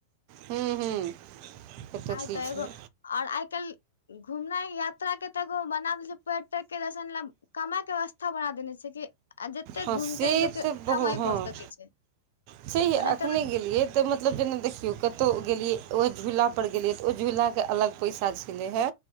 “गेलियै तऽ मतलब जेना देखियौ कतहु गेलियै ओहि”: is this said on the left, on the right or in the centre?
Right